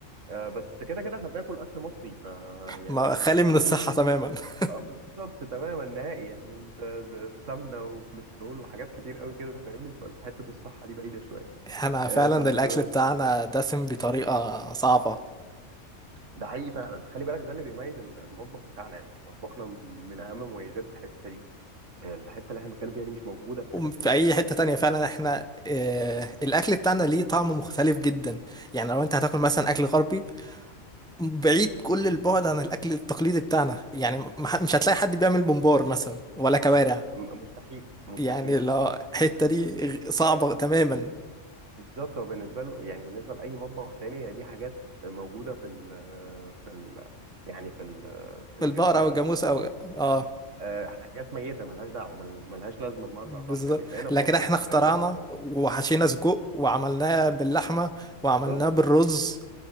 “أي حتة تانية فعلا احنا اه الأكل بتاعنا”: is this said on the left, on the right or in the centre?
Centre